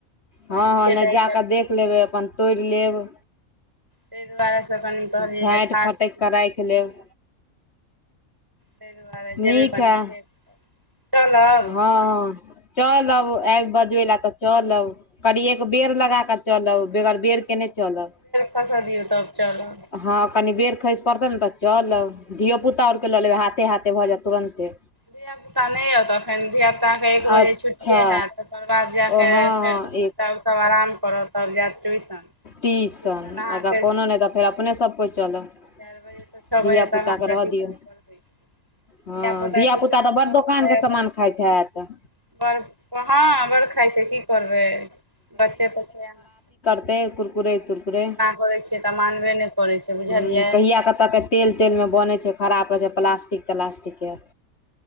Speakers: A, on the right; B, on the left.
A: पानि
B: हँ हँ
A: छलै
B: नय
A: आइ
B: जााकऽ
A: काल्हि खेत
B: देख लेबै अपन तोड़ लेब
A: ताइ दुआरे से कनि कहलियै
B: झाँटि
A: जे खा
B: फटकि
A: लई छी
B: कऽ
A: <inaudible> तहन
B: राखि लेब
A: जैब ताहि दुआरे
B: नीक
A: जेबै कनि
B: है
A: देख कऽ चलब
B: हँ हँ चलब ऐब बजबे ल तऽ चलब कनी एक बेर लगा चलब बेगर बेर के नय चलब
A: कसा दियो तब चलब
B: हँ कनि बेर खईस पड़ते ने तऽ चलब धियो पुता आर लऽ लेबै हाथे हाथे भऽ जात तुरन्ते
A: धियापुता नय अउत अखन धियापुताके एक बजे
B: अच्छा
A: छुट्टिए हैत तकर बाद जा
B: ओ
A: कऽ
B: हँ
A: फेर
B: हँ
A: एक घंटा ओ सब आराम करत तब जाएत ट्यूशन
B: टीसन
A: ट्यूशन अहाँके
B: आ तऽ कोनो नय तऽ फेर अपने सभ कोइ चलब
A: चार बजेसँ छओ
B: धियापुताके
A: बजे तक अहाँ के
B: रहऽ
A: ट्यूशन
B: दियौ
A: पढ़बै छै <inaudible>
B: हँ धियापुता तऽ बड़ दोकानके सामान खाइत हैत
A: बड़ हँ बड़ खाइ छै की करबै बच्चे तऽ छै अहाँ
B: ते कुरकुरे तुरकुरे
A: करै छियै तऽ मानबे नहि करै छै बुझलियै
B: हम्म कहिया कतऽ के तेल तेलमे बनै छै खराब रहै छै प्लास्टिक तलास्टिक के